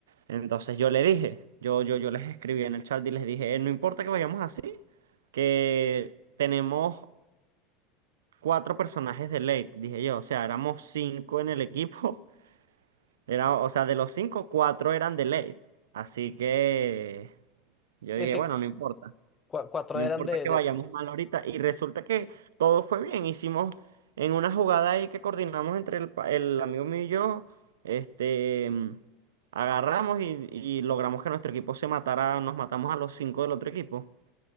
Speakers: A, on the right (about 80°); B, on the left (about 25°).
A: Entonces yo le dije, yo, yo, yo les escribí en el chat y les dije, "Eh, no importa que vayamos así, que tenemos cuatro personajes de late, dije yo. O sea, éramos cinco en el equipo. <laughs> Era, o sea, de los cinco, cuatro eran de late. Así que yo
B: Sí,
A: dije,
B: sí,
A: bueno, no importa.
B: cua- cuatro
A: No
B: eran
A: importa
B: de,
A: que
B: de-
A: vayamos mal ahorita. Y resulta que todo fue bien. Hicimos en una jugada ahí que coordinamos entre el, pa- el amigo mío y yo. Este, mm, agarramos y, y logramos que nuestro equipo se matara. Nos matamos a los cinco del otro equipo.